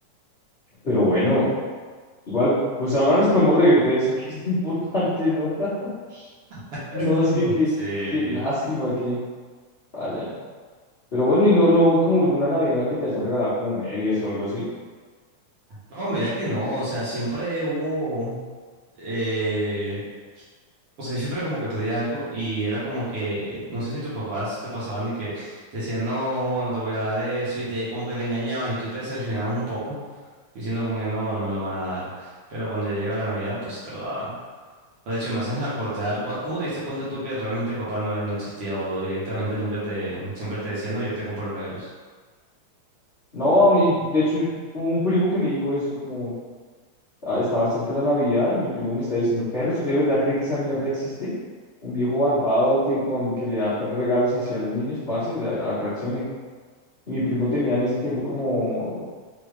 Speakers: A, on the left; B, on the right.
A: Pero bueno. Igual, pues ahora nos podemos reír de eso, <laughs> que es lo importante, ¿no? <laughs>
B: <laughs>
A: No, es que qué
B: Sí.
A: qué lástima que vaya. Pero bueno, y no, no como alguna Navidad en la que te hayan regalado como medias o algo así.
B: No, mira que no, o sea, siempre hubo, eh, o sea, yo siempre como que pedía algo y era como que, no sé si tus papás te pasaban de que te decían, no, no te voy a dar eso y te, como que te engañaban y tú te decepcionabas un poco, diciendo como que no, no me lo van a dar, pero cuando ya llegaba la Navidad, pues sí te lo daban. O de hecho, me haces acordar, cu- ¿cómo te diste cuenta tú que realmente Papá Noel no existía o directamente nunca te, siempre te decía, no, yo te compro los regalos?
A: No, a mí, de hecho, hubo un primo que me dijo eso, como ah, estaba cerca la Navidad y mi primo me está diciendo, perro, ¿usted de verdad cree que esa mierda existe? Un viejo barbado que, con, que le da tra- regalos así a los niños, parce, a- a- reaccione. Y mi primo tenía en ese tiempo como,